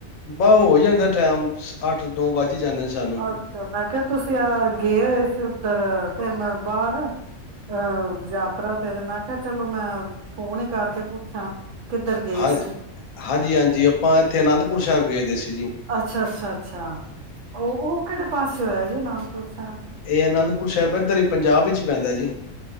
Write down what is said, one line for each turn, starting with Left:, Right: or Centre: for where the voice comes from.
Left: ਬਾਹ ਹੋ ਜਾਂਦਾ ਟਾਈਮ ਅੱਠ ਨੋ ਵੱਜ ਹੀ ਜਾਂਦੇ ਨੇ ਸਾਨੂੰ
Right: ਹੋ ਅੱਛਾ ਮੈਂ ਕਿਹਾ ਤੁਸੀਂ ਆਹ ਗਏ ਹੋਏ ਸੀ ਉੱਧਰ ਤੇ ਮੈਂ ਬਾਹਰ ਅਹ ਯਾਤਰਾ ਤੇ ਮੈਂ ਕਿਹਾ ਚਲੋ ਮੈਂ ਫੋਨ ਹੀ ਕਰਕੇ ਪੁੱਛਾਂ ਕਿੱਧਰ ਗਏ
Left: ਹਾਂ,
Right: ਸੀ
Left: ਹਾਂਜੀ ਹਾਂਜੀ ਆਪਾਂ ਇੱਥੇ ਅਨੰਦ ਪੁਰ ਸਾਹਿਬ ਗਏ ਸੀ ਜੀ
Right: ਅੱਛਾ, ਅੱਛਾ ਅੱਛਾ ਉਹ ਉਹ ਕਿਹੜੇ ਪਾਸੇ ਹੋਇਆ, ਅਨੰਦ ਅੱਛਾ,
Left: ਇਹ ਅਨੰਦਪੁਰ ਸਾਹਿਬ ਇੱਧਰ ਹੀ ਪੰਜਾਬ ਵਿੱਚ ਪੈਂਦਾ ਜੀ